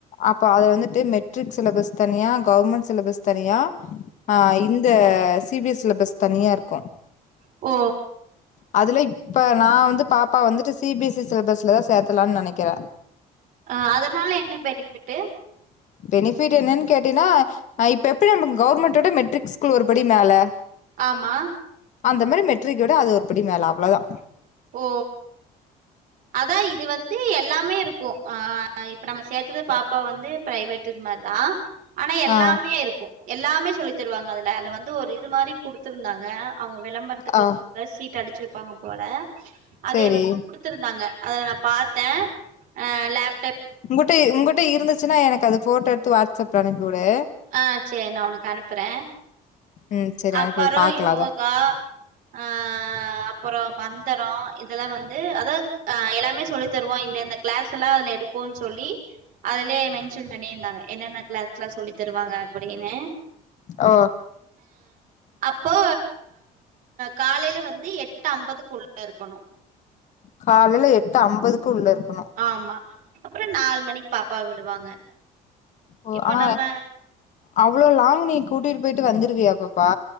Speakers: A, on the left; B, on the right.
A: அப்போ அது வந்துட்டு மெட்ரிக் சிலபஸ் தனியா கவுர்மெண்ட் சிலபஸ் தனியா ஆ இந்த சி பி எஸ் சிலபஸ் தனியா இருக்கோ
B: ஓ
A: அதுலை இப்ப நான் வந்து பாப்பா வந்துட்டு சி பி எஸ் சிலபஸ்லதான் சேக்கலாம்னு நனைக்கிறேன்
B: ஆ அதனால என்ன பெனிஃபிட்
A: பெனிஃபிட் என்னன்னு கேட்டீன்னா ஆ இப்ப எப்பிடி நம்ம கவுர்மெண்ட் விட மெட்ரிக் ஸ்கூல் ஒருபடி மேல
B: ஆமா
A: அந்த மாரி மெட்ரிக்க விட அது ஒருபடி மேல அவ்ளோதான்
B: ஓ அதான் இது வந்து எல்லாமே இருக்கும் ஆ இப்போ நம்ம சேத்தது பாப்பா வந்து பிரைவேட் இது மாதிரிதான் ஆனா எல்லாமே
A: ஆ
B: இருக்கும் எல்லாமே சொல்லி தருவாங்க அதுல அது வந்து ஒரு இது மாதிரி குடுத்துருந்தாங்க அவுங்க விளம்பரத்துக்கோச
A: ஆ
B: சீட் அடிச்சிருப்பாங்க போல அதேய
A: சேரி
B: வந்து டுத்து இருந்தாங்க அதுல நான் பாத்தேன் ஆ லேப்
A: உங்க்கிட்ட உங்க்கிட்ட இருந்துச்சுன்னா எனக்கு அது ஃபோட்டோ எடுத்து வாட்ஸ்ஆப்ல அனுப்பி விடு
B: ஆ செரி நான் உனக்கு அனுப்புறேன்
A: ம் சரி
B: அப்பறம்
A: அனுப்பிவுடு பாக்கலா
B: யோகா
A: அத
B: அ அப்பறம் மந்திரம் இதெல்லாம் வந்து அதான் ஆ எல்லாமே சொல்லி தருவோம் இந்த இந்த கிளாஸ் எல்லா அதுல எடுப்போம் சொல்லி அதுலயே மென்ஷன் பண்ணியிருந்தாங்க என்னென்ன கிளாஸ்ல்லா சொல்லி த ருவாங்க அப்டின்னு
A: ஓ
B: அப்போ காலையில வந்து எட்டு ஐம்பதுக்கு உள்ள இருக்கணு
A: காலையில எட்டு ஐம்பதுக்கு உள்ள இருக்கணு
B: ஆமா அப்புறோ நாலு மணிக்கு பாப்பாவ விடுவாங்க
A: ஓ
B: இப்ப
A: ஆ
B: நம்ம
A: அவ்ளோ லாங்கு நீ கூட்டிட்டு போயிட்டு வந்துருவியா பாப்பா